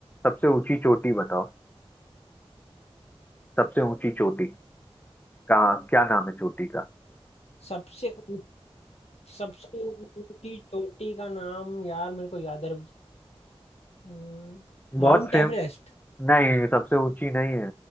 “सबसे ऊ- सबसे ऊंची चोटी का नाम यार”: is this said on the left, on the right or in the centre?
Left